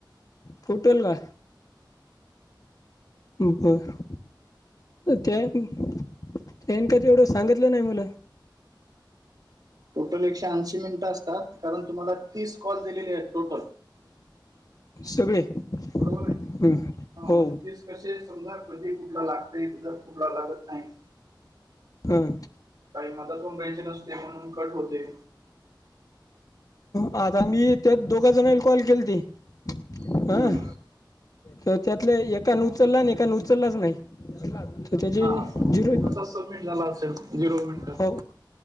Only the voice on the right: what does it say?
टोटल एकशे ऐंशी मिनिटं असतात कारण तुम्हाला तीस कॉल दिलेले आहेत टोटल.
बरोबर आहे
हा
म्हजे तेच. कसे समजा कधी कुठला लागते जर कुठला लागत नाही.
काही मतातून रा्यायचे नसते म्हणून कट होते.
हम्म
हा म्हग
ते तसच सबमिट झाला असेल झिरो मिनिटात.